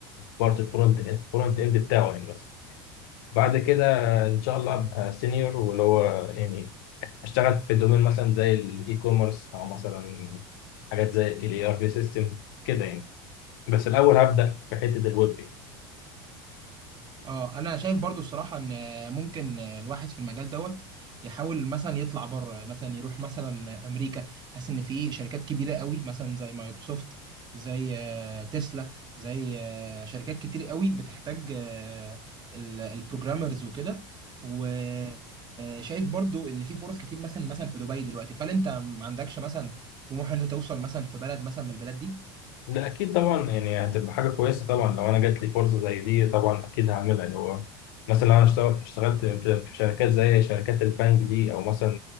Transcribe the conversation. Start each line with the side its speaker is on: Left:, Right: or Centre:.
Left: كبارت الفرونت الفرونت إند بتاعه يعني بس بعد كده ان شاء الله ابقى سينيور واللي هو يعني اشتغل في دومين مثلا زي الاي كوميرس او مثلا حاجات زي الاي ار بي سيستم كده يعني بس الاول هبدا في حته الويب يعني.
Right: اه انا شايف برضو الصراحه ان ممكن الواحد في المجال دوت يحاول مثلا يطلع بره مثلا يروح مثلا امريكا حاسس ان في شركات كبيره قوي مثلا زي مايكروسوفت زي آه، تسلا زي آه، شركات كتير قوي بتحتاج آه، ال- البروجرامرز وكده وشايف برضو ان في فرص كتير مثلا مثلا في دبي دلوقتي فهل انت ما عندكش مثلا طموح ان انت توصل مثلا في بلد مثلا من البلاد دي
Left: ده اكيد طبعا يعني هتبقى حاجه كويسه طبعا لو انا جات لي فرصه زي دي طبعا اكيد هعملها اللي هو مثلا لو انا اشتغل- اشتغلت في في شركات زي شركات البنك دي او مثلا